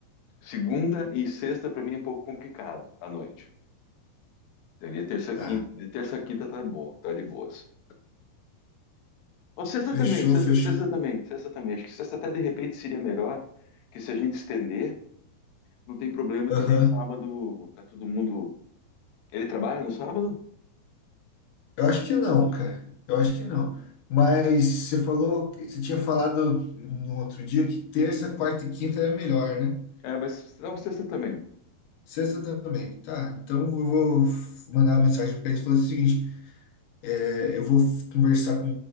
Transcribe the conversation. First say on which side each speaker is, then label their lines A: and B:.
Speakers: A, on the left; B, on the left.
A: Segunda e sexta para mim é um pouco complicado à noite. Seria terça,
B: Tá.
A: quinta. De terça a quinta tá bom, tá de boas. Ou sexta
B: Fechou,
A: também, sexta,
B: fechou.
A: sexta também, sexta também. Acho que sexta até de repente seria melhor, que se a gente estender, não tem problema
B: Aham.
A: que nem sábado tá todo mundo. Ele trabalha no sábado?
B: Eu acho que não, cara. Eu acho que não. Mas você falou, você tinha falado no outro dia que terça, quarta e quinta era melhor, né?
A: É, mas não, sexta também.
B: Sexta também. Tá, então eu vou mandar uma mensagem pra eles falando o seguinte: é, eu vou conversar com